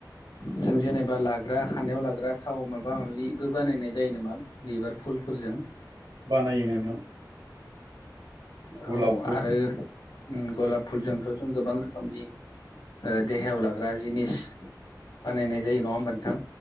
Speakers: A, on the left; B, on the right.
A: जों जेनेबा लाग्रा खानायाव लाग्रा थाव माबा माबिबो बानायनाय जायो नामा। बिबार फुलफोरजों।
B: बानायो नोंथां गलाब
A: औ
B: फुल
A: आरो उम गलाब फुलजोंथ' जों गोबां रोखोमनि। ओ देहायाव लाग्रा जिनिस बानायनाय जायो नङा होमबा नोंथां।